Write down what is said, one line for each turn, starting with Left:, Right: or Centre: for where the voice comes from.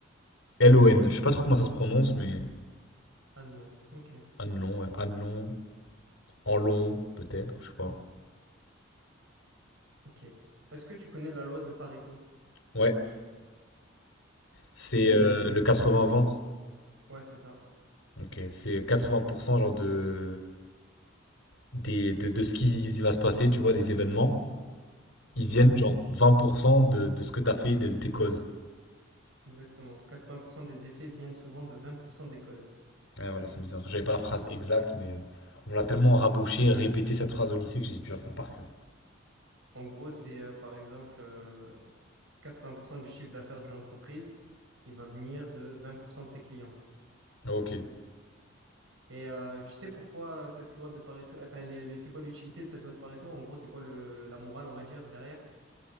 Left: Je sais pas trop comment ça se prononce, mais.
Right: Alnon. Ok,
Left: Annelon, ouais. Annelon, Enlon, peut-être, je sais pas.
Right: ok. Est-ce que tu connais la loi de Pareto?
Left: Ouais, c'est
Right: Tu...
Left: euh, le 80-20.
Right: Ouais, ouais, c'est ça.
Left: Ok, c'est 80% genre de, des, de, de ce qui va se passer, tu vois, des événements. Ils viennent
Right: Ouais,
Left: genre 20% de, de ce que t'as fait, de, de tes causes.
Right: exactement. 80% des effets viennent souvent de 20% des causes.
Left: Ouais, voilà, c'est bizarre. J'avais pas la phrase exacte, mais euh, on me l'a tellement raboché, répété cette phrase au lycée que j'ai dû apprendre par cœur.
Right: En gros, c'est euh, par exemple euh, 80% du chiffre d'affaires d'une entreprise, il va venir de 20% de ses clients.
Left: Ok,
Right: Et euh, tu sais pourquoi cette loi de Pareto, enfin, les- les- c'est quoi l'utilité de cette loi de Pareto? En gros, c'est quoi le, la morale, on va dire, derrière?